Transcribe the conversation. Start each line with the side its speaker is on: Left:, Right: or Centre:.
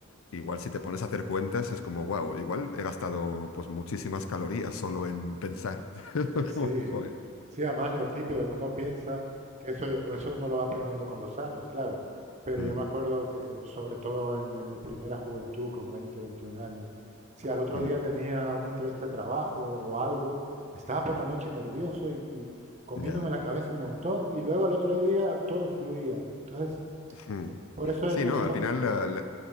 Left: Igual si te pones a hacer cuentas es como, wow, igual he gastado pues muchísimas calorías solo en pensar. <laughs>
Right: Sí,
Left: Como, joder.
Right: sí, además lo típico que uno piensa que eso, o eso uno lo va aprendiendo con los años, claro. Pero
Left: Mm,
Right: yo me acuerdo que, sobre todo en, en mi primera juventud, con 20, 21 años, si al otro
Left: mm,
Right: día tenía una entrevista de trabajo o algo, estaba por la noche nervioso y, y comiéndome
Left: ya.
Right: la cabeza un montón, y luego al otro día todo fluía. Entonces,
Left: mm.
Right: por eso
Left: Sí,
Right: eso
Left: no,
Right: me hizo.
Left: al final... la- la-